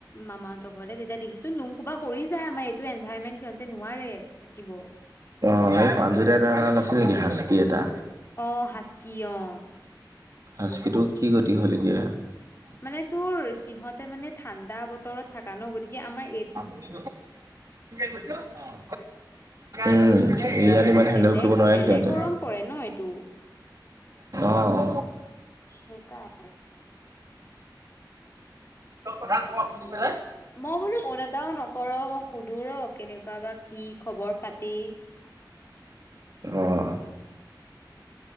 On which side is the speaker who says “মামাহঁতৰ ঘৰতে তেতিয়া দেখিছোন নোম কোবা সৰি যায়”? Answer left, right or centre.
Left